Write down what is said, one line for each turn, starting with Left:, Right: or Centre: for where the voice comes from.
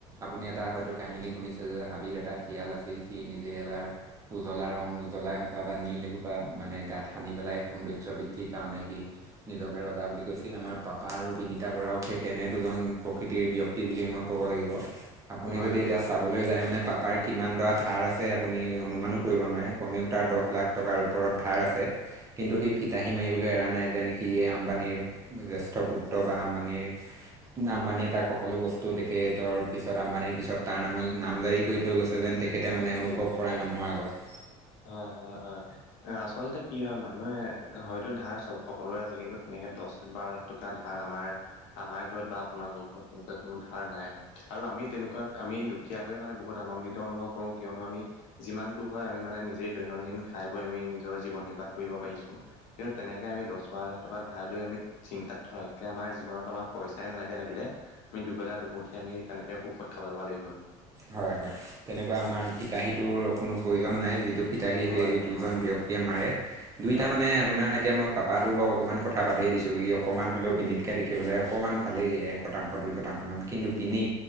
Right: আপুনি এটা হয়তো কাহিনী শুনিছে যে হাবিৰ এটা শিয়াল আছিল সি নিজে এবাৰ- উজ্বলা ৰং উজলা এসোপা বা নীল এসোপা মানে গাত সানি পেলাই সৌন্দৰ্য বৃদ্ধিৰ কাৰণে সি- নিজকে ৰজা বুলি কৈছিল। আমাৰ পাপা আৰু বিনীতা বৰাও সেই তেনে দুজন প্ৰকৃতিৰ ব্য ক্তি বুলি মই ক'ব লাগিব। আপুনি
Left: হয়
Right: যদি
Left: হয়
Right: এতিয়া- চাবলৈ যায় মানে পাপাৰ কিমান দৰা ধাৰ আছে আপুনি অনুমানো কৰিব নোৱাৰে কমেও তাৰ দ'হ লাখ টকাৰ ওপৰত- ধাৰ আছে। কিন্তু সি ফিতাহী মাৰিবলৈ এৰা নাই যেন- সিয়ে আম্বানীৰ জ্যেষ্ঠ পুত্ৰ বা আম্বানীৰ- আম্বানীয়ে তাক সকলো বস্তু তেখেতৰ পিছত আম্বানিৰ পিছত তাৰ নামত নাম জাৰি- কৰি থৈ গৈছে যেন তেখেতে মানে অনুভৱ কৰাই মানুহৰ আগত।
Left: হয়-হয়-হয় অ আচ আচলতে কি হয় মানুহে হয়তো ধাৰ চ'ব সকলোৰে আছে। কিন্তু তেনেকে দছ, বাৰ লাখ- টকা ধাৰ আমাৰ-আমাৰ ঘৰত বা আপোনালোকৰ ঘৰত তেনেকুৱা কোনো ধাৰ নাই। আৰু আমি তেনেকুৱাত আমি দুখীয়া হৈ মানে বহুত আনন্দিত অনুভৱ কৰো। কিয়নো আমি- যিমানটো হয় আমি মানে নি- জে দৈনন্দিন খাই বৈ আমি নিজৰ জীৱন নিৰ্বাহ কৰিব পাৰিছো। কিন্তু তেনেকে আমি দছ-বাৰ লাখ- টকা ধাৰ লৈ আমি চিন্তাতকে আমাৰ জীৱনত আমাক পইচাই নালাগে লাগিলে আমি দুবেলা-দুমুঠি আমি তেনেকে সুখত খাবলৈ পালেই হ'ল।
Right: হয় হয় তেনেকুৱা আমাৰ ফিতাহীটোৰ কোনো প্ৰয়োজন নাই যিটো- ফিতাহী
Left: হয়
Right: সেই
Left: হয়
Right: দুজন
Left: হয়
Right: ব্যক্তিয়ে মাৰে দুইটা
Left: হয়
Right: মানে
Left: হয়।
Right: আপোনাৰ এতিয়া মই পাপা বাৰু অকণমান কথা বাদেই দিছোঁ সি অকণমান হ'লেও বিনীতকৈ দেখিবলৈ অকণমান ভালেই একতাংশ দুই শতাংশ মান কিন্তু বিনি